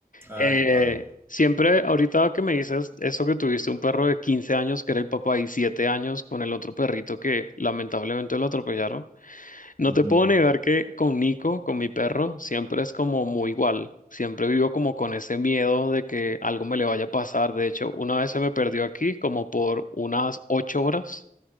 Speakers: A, on the right; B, on the left.
A: Ah,
B: Eh,
A: qué padre.
B: siempre, ahorita que me dices eso que tuviste un perro de 15 años que era el papá y 7 años con el otro perrito que lamentablemente lo atropellaron, no
A: Ujú.
B: te puedo negar que con Nico, con mi perro, siempre es como muy igual. Siempre vivo como con ese miedo de que algo me le vaya a pasar. De hecho, una vez se me perdió aquí como por unas 8 horas